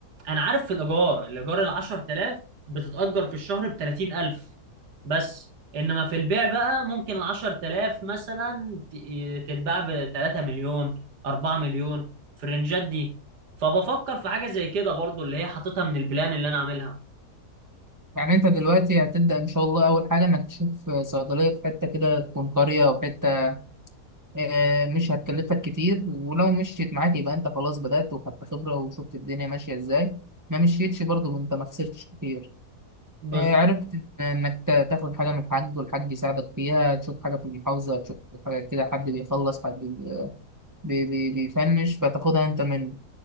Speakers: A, on the right (about 80°); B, on the right (about 20°).
A: انا عارف في الايجار الايجار ال 10000 بتتأجر في الشهر ب 30000 بس انما في البيع بقى ممكن ال 10000 مثلا ت- تتباع ب 3 مليون 4 مليون في الرنجات دي فبفكر في حاجة زي كده برضو اللي هي حاططها من البلان اللي انا عاملها
B: يعني انت دلوقتي هتبدأ ان شاء الله اول حاجة انك تشوف صيدلية في حتة كده تكون قرية او حتة آه، مش هتكلفك كتير ولو مشيت معاك يبقى انت خلاص بدأت وخدت خبرة وشفت الدنيا ماشية ازاي ما مشيتش برضه انت ما خسرتش كتير
A: بز...
B: آه، عرفت إن- انك تا- تاخد حاجة من الحاج والحاج يساعدك فيها تشوف حاجة في المحافظة تشوف حاجة كده حد بيخلص حد بي- بي- بي- بيفنش فتاخدها انت منه